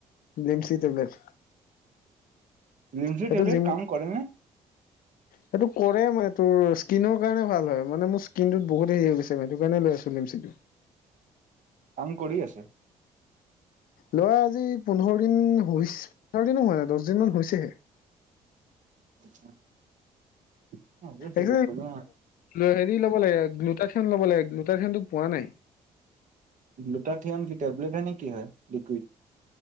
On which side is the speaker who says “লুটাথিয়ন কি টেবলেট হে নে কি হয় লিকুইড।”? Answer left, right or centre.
Right